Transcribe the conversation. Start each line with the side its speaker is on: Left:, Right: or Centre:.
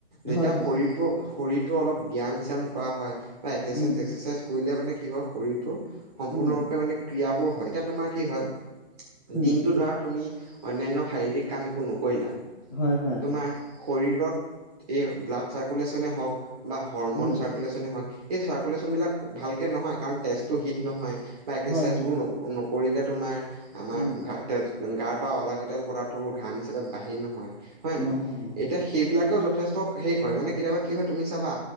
Right: যেতিয়া
Left: হয় হয়,
Right: শৰীৰটো শৰীৰটো অলপ ব্যায়াম-চ্যায়াম কৰা হয়, বা এক্সাৰচাইজ-চেক্সাৰচাইজ
Left: উম,
Right: কৰিলে মানে কি হয় শৰীৰ টো সম্পূৰ্ণৰূপে
Left: উম,
Right: মানে ক্ৰিয়াবোৰ হয়। এতিয়া তোমাৰ কি হয়
Left: উম,
Right: দিনটো ধৰা তুমি অন্যান্য শাৰীৰিক কাম একো নকৰিলা,
Left: হয়, হয়।
Right: তোমাৰ শৰীৰত এই ব্লাড চাৰ্কুলেশ্বনে হওঁক বা হৰমন
Left: উম।
Right: চাৰ্কুলেশ্বনে হওঁক এই চাৰ্কুলেশ্বনবিলাক ভালকে নহয়, কাৰণ তেজটো হিট নহয় বা এক্সাৰচাইজবোৰ
Left: হয় হয়।
Right: নক-নক কৰিলে তোমাৰ, আমাৰ
Left: উম,
Right: ঘা-তেজ গাৰ পৰা অলাগতিয়াল পদাৰ্থবোৰ ঘাম হিচাপে বাহিৰ নহয়। হয় নাই?
Left: নহয় নহয়,
Right: এতিয়া সেইবিলাকেও যথেষ্ট হেই কৰে মানে কেতিয়াবা কি হয়, তুমি চাবা,